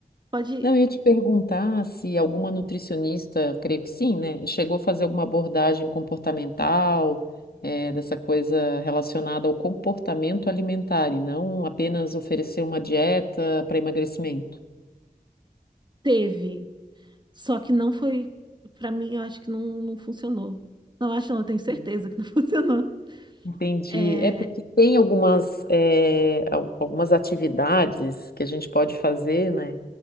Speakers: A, on the right; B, on the left.
A: pode.
B: Não, eu ia te perguntar se alguma nutricionista, creio que sim, né? Chegou a fazer alguma abordagem comportamental, eh, dessa coisa relacionada ao comportamento alimentar e não apenas oferecer uma dieta para emagrecimento.
A: Teve, só que não foi, Pra mim, eu acho que não, não funcionou. Não acho, não, eu tenho certeza
B: Hum.
A: que não <laughs> funcionou.
B: Entendi.
A: É...
B: É porque tem algumas, eh, al- algumas atividades que a gente pode fazer, né?